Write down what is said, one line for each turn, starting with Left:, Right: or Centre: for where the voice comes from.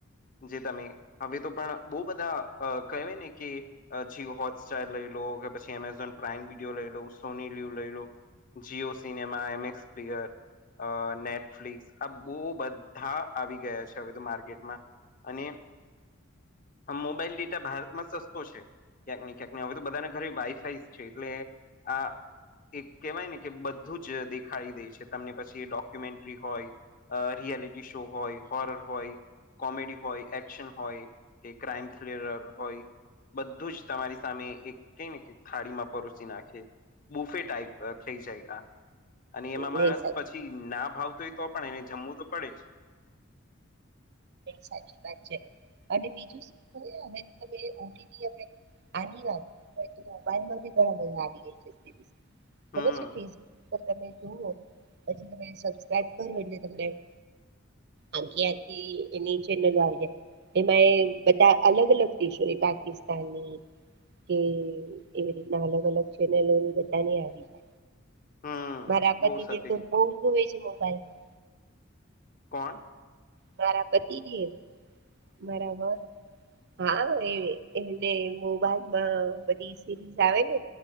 Left: જે તમે હવે તો પણ બહુ બધા કહે ને કે છી હોટસ્ટાર લઈ લો, કે પછી એમેઝોન પ્રાાઈમ વિડીયો લઈ લો સોની લીવ લઈ લો જીઓ સિનેમા, એમએક્સ પ્લેયર અ નેટફ્લિક્સ આ બહુ બધા આવી ગયા છે હવે તો માર્કેટમાં અને આ મોબાઈલ ડેટા ભારતમાં સસ્તો છે, ક્યાંક ને ક્યાંક હી હવે તો બધાને ઘરે વાઈફાઈ છે એટલે આ એક કેહેવાય ને કે બધું જ દેખાડી દે. છે, તમને પછી એ ડોક્યુમેન્ટ્રી હોય, રિયાલિટી શો હોય, હોરર હોય કોમેડી હોય, એક્શન હોય, કે ક્રાઈમ થ્રીલર હોય બધું જ તમારી સામે એક કે ને થાળીમાં પરોસી નાખે બુફે ટાઈપ થઈ જાય આ અને એમાં માણસ
Right: નહી સાહેબ
Left: પછી ના ભાવતો હોય તો પણ એને જમવું તો પડે જ
Right: સાચી વાત છે અને બીજું શું હવે <unintelligible> હવે અને વા મોબાઈલમાં બી ઘણા મજા આવી ગયા છે. ખબર
Left: હમ
Right: છે ખીસ પર તમે જો હો પછ સબબ કરો એટલે તનેખ આખીયા થી. એની ચેનલો આવીય એમાં એ બધા અલગ અલગ દેશો છે પાકિસ્તાનની કે એવી રીતના અલગ અલગ ચેનલો બધાની આવી જાય.
Left: હમ
Right: મારા પતિદેવ
Left: બહુ સત્ય
Right: તો
Left: કીધું
Right: બહુ જુવે છે મોબાઈલમાં.
Left: કોણ
Right: મારા પતિ દેવ મારા વર હા એ એને મોબાઈલમાં બધી સિરીઝ આવે ને.